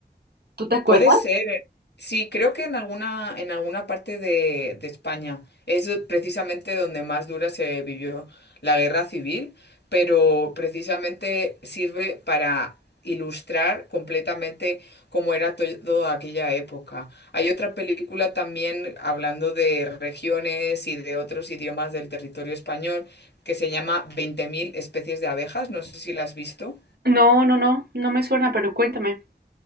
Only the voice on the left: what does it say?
Puede ser. eh, Sí, creo que en alguna, en alguna parte de, de España es do- precisamente donde más dura se vivió la guerra civil, pero precisamente sirve para ilustrar completamente cómo era to- toda aquella época. Hay otra película también hablando de regiones y de otros idiomas del territorio español que se llama Veinte mil especies de abejas, no sé si la has visto.